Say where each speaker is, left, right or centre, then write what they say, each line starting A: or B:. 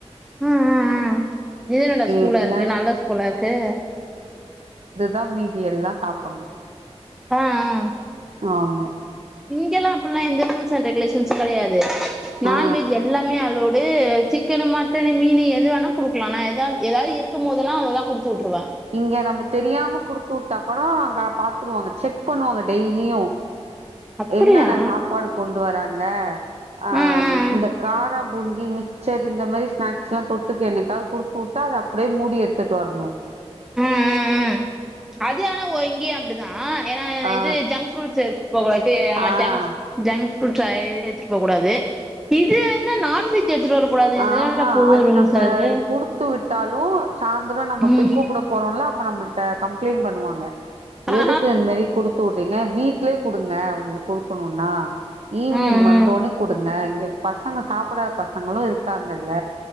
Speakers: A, in the centre; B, on the right.
A: ம் ம்ம் இது என்னடா ஸ்கூலா
B: எல்லா
A: இருக்கு நல்ல ஸ்கூல்லா இருக்கு
B: தான் மீதி எல்லாம் சாப்ணும்
A: ஆ ஆ
B: ஆமா
A: இங்கல்லாம் அப்ட்ல்லாம் எந்த ரூல்ஸ் அண்ட் ரெகுலேஷன்ஸ் கெடையாது நான்வெஜ்
B: ஆ
A: எல்லாமே அலோடு சிக்கன் மட்டனு மீனு எதுவேனா குடுக்கலா நான் எதாது இருக்கும் போதல்லாம் அததான் குடுத்து உட்ருவேன்
B: இங்க நம்ம தெரியாம குடுத்து வுட்டா கூட அங்க பாத்துருவாங்க செக் பண்ணுவாங்க டெய்லியும்
A: அப்படியா
B: என்ன நான் சாப்பாடு கொண்டு வரன் அங்க அ
A: ஆ ஆ
B: இந்த
A: ஆ
B: கார பூந்தி மிச்சர் இந்த மாதிரி ஸ்நாக்ஸ் எல்லாம் தொட்டுக்கு என்ன்னைக்காவது குடுத்து விட்டுா அதை அப்படியே மூடி எடுத்துிட்டு வரணும்
A: ம் ம் ம் அது ஆனா இங்கேயும் அப்படிதான் ஏன்னா
B: ஆ
A: இது ஜங்க் ஃப்ரூட்ஸ் ப
B: ஆ
A: ஜங் ஜங் ப்புட்ரை எத்துட்டு போகக் கூடாது இதென்ன நான்வெஜ் எடுத்துட்டு வரக் கூடாது இது
B: ஆஹஹா
A: என்னடா புது
B: அது
A: ரூல்ஸா
B: நம்ம
A: இருக்கு
B: குடுத்து விட்டாலும் சாய்ந்திரம் நம்ம
A: ம்
B: போய் கூப்பிட போனோம்ல நம்மள கம்ப்ளைண்டட் பண்ணுவாங்க
A: ஆ
B: எதுக்கு என்மாரி கொடுத்துட் ங்க வீட்லயே கொடுங்க உங்களுக்கு கொடுக்கணும்ன்னா ஈவினிங்
A: ம் ம்
B: வந்தோடனே கொடுங்க ங்க பசங்க சாப்பிடாத பசங்களும் இருக்கு இருக்காங்கல்ல